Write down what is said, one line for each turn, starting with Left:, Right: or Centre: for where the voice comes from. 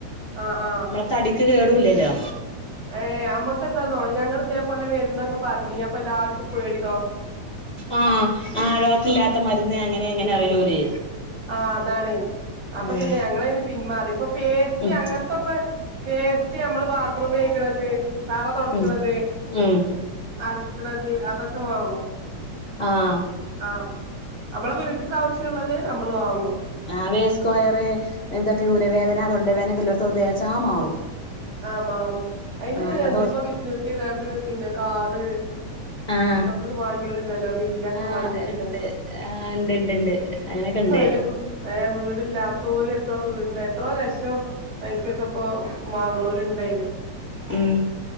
Right: ആഹ ആഹ്
Left: തടിക്ക് കേടൂല്ലല്ലോ.
Right: ഏഹ് അമ്മക്കെന്താന്നോ ഞങ്ങൾ ഇതേപോലെ മരുന്നൊക്കെ പറഞ്ഞീനി അപ്പൊ എല്ലാവക്കും പേടി ഡോ
Left: ആഹ് ആ ഡോക്റ്ററില്ലാത്ത മരുന്ന് അങ്ങനെ ഇങ്ങനെ പറയല്ലോ ഓല്
Right: ആഹ് അതാണേ അപ്പൊ
Left: ഉം
Right: പിന്നെ ഞങ്ങളയിന്ന് പിന്മാറി ഇപ്പൊ പേസ്റ്റ്
Left: ഉം
Right: അങ്ങനത്തൊക്കെ പേസ്റ്റ് നമ്മള് ബാത്റൂമെഴ് ക്കിണത് തറ തൊടക്ക്ണത്
Left: ഉം ഉം
Right: അലക്ക്ണത് അതൊക്കെ വാങ്ങും.
Left: ആഹ്
Right: ആഹ് അമ്മളെ വീട്ട്ക്കാവശ്യംള്ളത് അമ്മള് വാങ്ങും.
Left: ആ വേ സ്ക്വയർ എന്തൊക്കെ ഊരവേദന തൊണ്ടവേദനൊക്കെ ഇല്ലോട്ത്തൊന്ന് തേച്ചാ മാറും.
Right: ആഹ് മാറും അയിന്
Left: ആഹ് അങ്ങനത്തെ
Right: എന്തൊക്കോ ബിസിനസ് ചെയ്താണ്ട് പിന്നെ കാറ്
Left: ആഹ്
Right: ഇതൊക്കെ വാങ്ങിയോലുണ്ടല്ലോ വില്ലൊക്കെ
Left: ആഹ്
Right: വാങ്ങിയോലുണ്ടല്ലോ
Left: ഇണ്ട് ആഹ് ഇണ്ട് ഇണ്ട് ഇണ്ട് അങ്ങനെക്കെ ഇണ്ട്
Right: പഴേ വീടില്ലാത്തോല് ഇപ്പം വീട്ണ്ടാക്കി എത്രോ ലക്ഷം പൈസൊക്കെ ഇപ്പം വാങ്ങ്ണോല്ണ്ടയില്
Left: ഉം